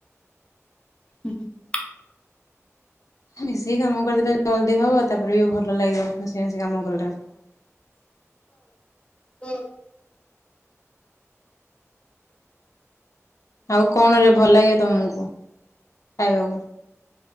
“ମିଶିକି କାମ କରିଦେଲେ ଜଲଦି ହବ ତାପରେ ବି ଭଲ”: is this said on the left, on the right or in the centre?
Left